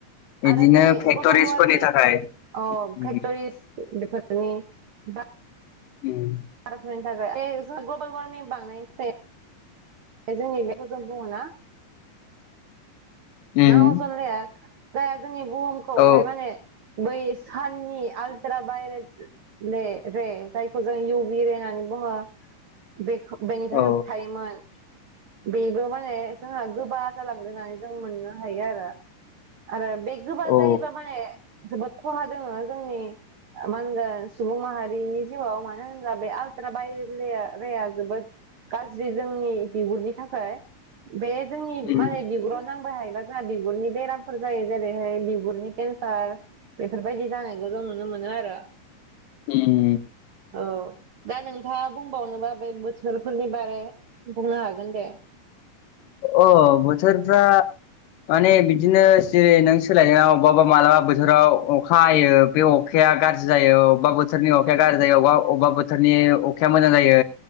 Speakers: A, on the left; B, on the right.
A: बिदिनो
B: आरो बे
A: फेक्ट'रिसफोरनि
B: ग्लबेल वारमिं
A: थाखाय
B: अ
A: उम
B: फेक्टरिस <unintelligible>
A: उम
B: <unintelligible> जोंनि बेखौ जों बुङो ना
A: उम
B: ना अजन लेयार जाया जोंनि बुहुमखौहाय
A: औ
B: माने बै साननि आलट्रा भाइरेट रे रे जायखौ जों इउ बि रे होननानै बुङो बेखो बेनिफ्राय
A: औ
B: होबथायोमोन बेबो माने जोंहा गोबा जालांदों होननानै जों मोननो हायो आरो आरो बे गोबा
A: औ
B: जायोबा माने जोबोद खहा दोङो जोंनि मा होनगोन सुबुं माहारिनि जिउआव मानो होनोब्ला बे आलट्रा बायर लेया रेया जोबोद गाज्रि जोंनि बिगुरनि थाखाय बे जोंनि
A: उम
B: माने बिगुराव नांबाय हायोबा जाङा बिगुरनि बेरामफोर जायो जेरैहैयै बिगुरनि केन्सार बेफोर बायदि जानायखौ जों नुनो मोनो आरो
A: उम
B: औ दा नोंथाङा बुंबावनोबा बे बोथोरफोरनि बारै बुंनो हागोन दे
A: अ बोथोर जा माने बिदिनो जेरै नों सोलायनायाव अबाबा मालाबा बोथोराव अखा हायो बे अखाया या गाज्रि जायो अबेबा बोथोरनि अखाया गाज्रि जायो अबा अबेबा बोथोरनि अखाया मोजां जायो